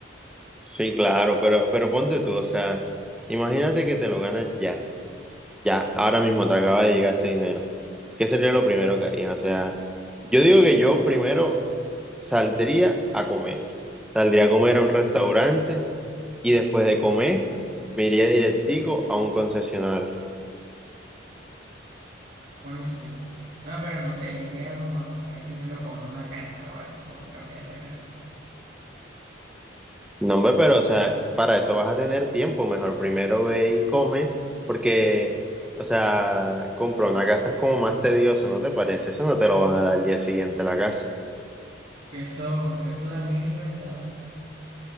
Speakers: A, in the centre; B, on the right.
A: Sí, claro, pero, pero ponte tú, o sea, imagínate que te lo ganas ya, ya, ahora mismo te acaba de llegar ese dinero. ¿Qué sería lo primero que harías? O sea, yo digo que yo primero saldría a comer. Saldría a comer a un restaurante y después de comer me iría directico a un concesionario.
B: Bueno, sí. Ah, pero no sé, yo iría como a comprar primero como una casa o algo, como cambiar la casa.
A: No, hombre, pero o sea, para eso vas a tener tiempo, mejor primero ve y come, porque, o sea, comprar una casa es como más tedioso, ¿no te parece? Eso no te lo van a dar el día siguiente a la casa.
B: Eso, eso también es verdad,